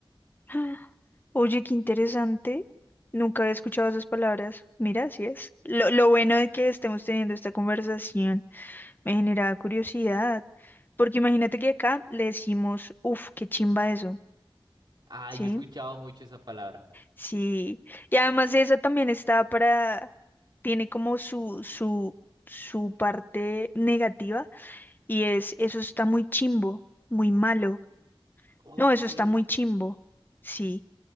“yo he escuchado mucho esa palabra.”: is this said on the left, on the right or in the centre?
Right